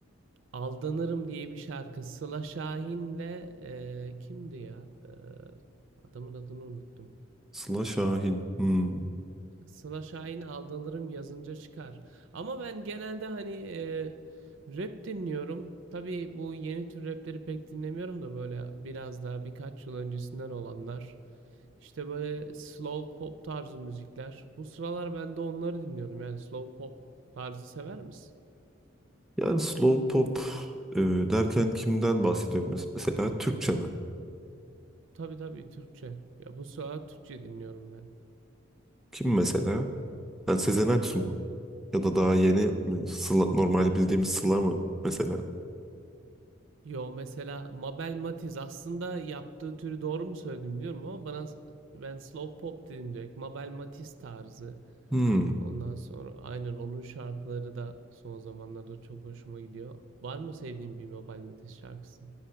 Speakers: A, on the right; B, in the centre.
A: Aldanırım diye bir şarkı. Sıla Şahin'le e, kimdi ya? E, adamın adını unuttum.
B: Sıla Şahin. Hmm.
A: Sıla Şahin aldanırım yazınca çıkar. Ama ben genelde hani e, rap dinliyorum. Tabii bu yeni tür rapleri pek dinlemiyorum da böyle biraz daha birkaç yıl öncesinden olanlar. İşte böyle slow pop tarzı müzikler. Bu sıralar ben de onları dinliyorum. Yani slow pop tarzı sever misin?
B: Yani slow pop e, derken kimden bahsediyorum mes- mesela? Türkçe mi?
A: Tabii tabii Türkçe. Ya bu sıralar Türkçe dinliyorum ben.
B: Kim mesela? Yani Sezen Aksu mu? Ya da daha yeni mi? Sıla, normal bildiğimiz Sıla mı mesela?
A: Yo mesela Mabel Matiz aslında yaptığı türü doğru mu söyledim biliyorum ama bana ben slow pop dedim direkt. Mabel Matiz tarzı.
B: Hmm.
A: Ondan sonra aynen onun şarkıları da son zamanlarda çok hoşuma gidiyor. Var mı sevdiğin bir Mabel Matiz şarkısı?